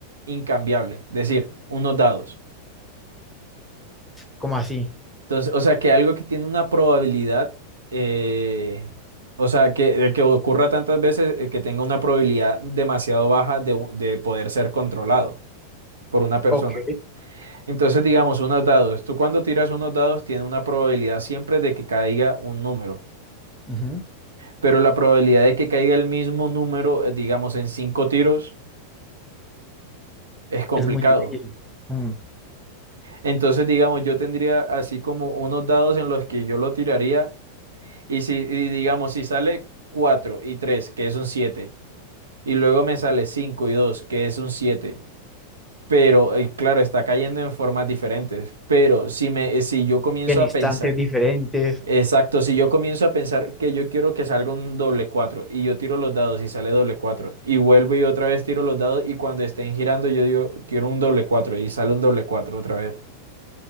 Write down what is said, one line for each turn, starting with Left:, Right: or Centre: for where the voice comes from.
Right: incambiable, decir, unos dados.
Centre: como así.
Right: Entonces, o sea, que algo que tiene una probabilidad, eh, o sea, que, que ocurra tantas veces, eh, que tenga una probabilidad demasiado baja de, u- de poder ser controlado por una persona.
Centre: Ok.
Right: Entonces, digamos, unos dados. Tú cuando tiras unos dados, tiene una probabilidad siempre de que caiga un número.
Centre: Ujú.
Right: Pero la probabilidad de que caiga el mismo número, eh, digamos, en cinco tiros, es complicado.
Centre: Es muy difícil. Mm.
Right: Entonces, digamos, yo tendría así como unos dados en los que yo lo tiraría Y si, y digamos, si sale 4 y 3 que es un 7 y luego me sale 5 y 2 que es un siete pero, y claro, está cayendo en formas diferentes, pero si me, eh, si yo comienzo
Centre: En
Right: a
Centre: instantes
Right: pensar,
Centre: diferentes.
Right: exacto, si yo comienzo a pensar que yo quiero que salga un doble 4 y yo tiro los dados y sale doble 4 y vuelvo y otra vez tiro los dados y cuando estén girando yo digo, quiero un doble 4 y sale un doble 4 otra vez.